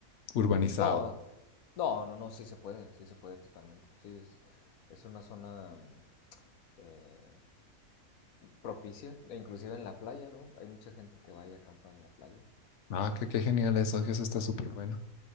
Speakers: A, on the left; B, on the left.
A: urbanizado?
B: No, no, no, no, sí se puede, sí se puede totalmente. Sí, es, es una zona mm, eh, propicia, e inclusive en la playa, ¿no? Hay mucha gente que va y acampa en la playa.
A: Ah, qué, qué genial eso, que eso está súper bueno.